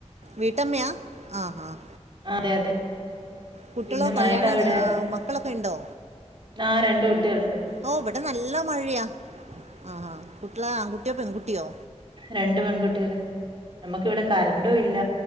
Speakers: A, on the right (about 65°); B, on the right (about 45°).
A: വീട്ടമ്മയാ ആഹ്, ആഹ്
B: അതെ, അതെ
A: കുട്ടികളോ
B: പിന്നെ മയെണ്ടോ
A: കല്യാണം
B: അവിടെ
A: ആ, മക്കളൊക്കെ ഉണ്ടോ
B: ആരണ്ട് കുട്ടിയാൾണ്ട്.
A: ഓഹ് ഇവിടെ ന്നല്ലെ മഴയാ ആഹ് ആഹ് കുട്ടിയൾ ആൺകുട്ടിയോ പെൺകുട്ടിയോ?
B: രണ്ട് പെൺകുട്ടികള് ന്നമ്മക്കിവിടെ കറണ്ടുല്ല.